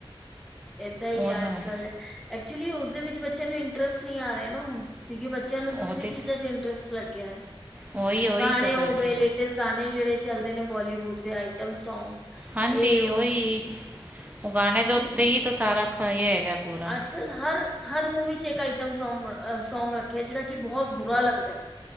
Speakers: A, in the centre; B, on the right.
A: ਏਦਾਂ ਈ ਏ
B: ਤਾਂ
A: ਅੱਜ
B: ਹੈ,
A: ਕੱਲ। ਐਕਚੁਲੀ ਉਸਦੇ ਵਿੱਚ ਬੱਚੇਆਂ ਨੂੰ ਇੰਟਰਸਟ ਨਈ ਆ ਰਿਹਾ ਨਾ ਹੁਣ। ਕਿਉਂਕਿ ਬੱਚੈਆਂ ਨੂੰ
B: ਉਹ
A: ਦੂਸਰੀ
B: ਦੇਖ
A: ਚੀਜ਼ਾਂ 'ਚ ਇੰਟਰਸਟ ਲੱਗਿਆ ਹੈ,
B: ਉਹੀ-ਉਹੀ
A: ਗਾਣੇ
B: ਤਾਂ ਕਰਕੇ
A: ਹੋ ਗਏ ਲੇ ਟਸ ਗਾਣੇ ਜੇੜੇ ਚਲਦੇ ਨੇ ਬੋਲੀਵੁੱਡ ਦੇ ਆਈਟਮ ਸੌਂਗ
B: ਹਾਂਜੀ
A: ਇਹ ਉਹ
B: ਓਹੀ, ਉ ਗਾਣੇ
A: ਹੈ
B: ਦੇ ਉੱਤੇ
A: ਕਿ ਨਹੀਂ
B: ਹੀ ਤਾਂ ਸਾਰਾ ਖਾਈ ਹੈਗਾ। ਪੂਰਾ
A: ਅੱਜ ਕਲ ਹਰ, ਹਰ ਮੂਵੀ 'ਚ ਇੱਕ ਆਈਟਮ ਸੌਂਗ ਸੌਗ ਰੱਖਿਆ ਜੇਹੜਾ ਕਿ, ਬੋਹਤ ਬੁਰਾ ਲੱਗਦਾ ਐ।